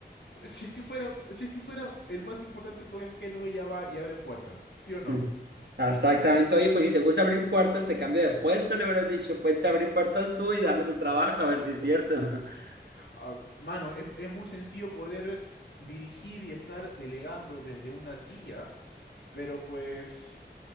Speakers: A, on the left; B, on the right.
A: Si es que fuera, si es que fuera el más importante porque es que no ya va y abre puertas, ¿sí o no?
B: Mm. Exactamente. Oye, pues si te gusta abrir puertas, te cambio de puesto, le hubieras dicho, ponte a abrir puertas tú y dame tu trabajo, a ver si es cierto. <laughs>
A: Ah, mano, es, es muy sencillo poder dirigir y estar delegando desde una silla, pero pues,